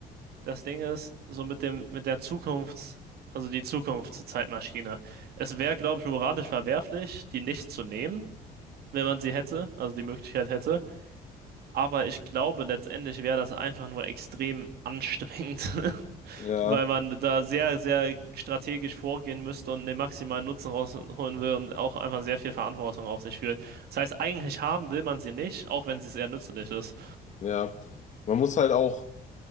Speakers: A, on the right; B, on the left.
A: das Ding ist, so mit dem, mit der Zukunft, also die Zukunftszeitmaschine. Es wäre, glaube ich, moralisch verwerflich, die nicht zu nehmen. wenn man sie hätte, also die Möglichkeit hätte. Aber ich glaube, letztendlich wäre das einfach nur extrem anstrengend, <laughs>
B: Ja,
A: weil man da sehr, sehr strategisch vorgehen müsste und den maximalen Nutzen rausholen will und auch einfach sehr viel Verantwortung auf sich fühlt. Das heißt, eigentlich haben will man sie nicht, auch wenn sie sehr nützlich ist.
B: ja. Man muss halt auch